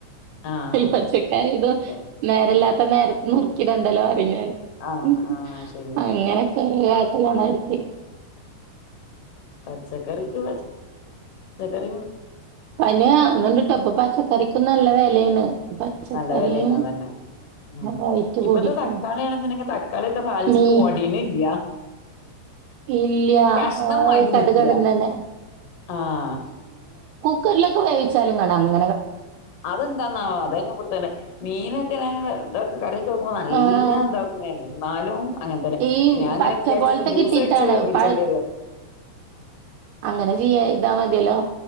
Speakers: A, on the left (about 75°); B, on the right (about 80°).
A: ആഹ്
B: ഈ പച്ചക്കറി ദും
A: അതെ
B: നേരെല്ലാത്ത നേരത്ത് നുർക്കിട <unintelligible> പിന്നേ റിം
A: ആഹ് ആഹ് ശരിയാണ്
B: അങ്ങനെയൊക്കെ <unintelligible> ലോണാരിക്കേ
A: പച്ച ചക്കറിക്ക് പച്ചക്കറ
B: പനിയ ഒന്നണ്ടിട്ടപ്പൊ പാച്ച കറരിക്കും നല്ല വിലയാണ് പച്ചക്കറിയും
A: നല്ല വിലയണ തന്നെ ഉം
B: റേറ്റ്
A: ഇപ്പത്തെ
B: കൂടിക്കുണു
A: തക്കാളിണെന്നുണ്ടെങ്കിൽ തക്കാളിയ ഒക്കെ താളിച്ചിട്ട്
B: മീ
A: ഒടിന ഇല്ല
B: ഇല്ല
A: കഷണം മാറ്റ
B: കടുകടന്നനെ
A: നിിക്ക ആഹ
B: കുക്കറിലൊെേവിച്ചാലും കാണ അങ്ങെടും
A: അതെന്താന്ന അതെന വിടുത്തേന മീനൊക്കെ ഇതൊെ ക നല്ല
B: ആഹ്
A: ഉണ്ടാക്കെ നാലും അങ്ങനത്തെന്നാ
B: ഈ
A: അങ്ങനെ
B: പച്ച
A: വിചാരിച്ച
B: പോലത്തെ
A: ജ്യൂസ്
B: കിട്ടിയിട്ടാണ്.
A: അടിച്ചച്ച് ഒഴിച്ചോണ്ട
B: പഴ
A: വരത്
B: അങ്ങനെ ചെയ്യാ ഇതാ മതിയല്ലോ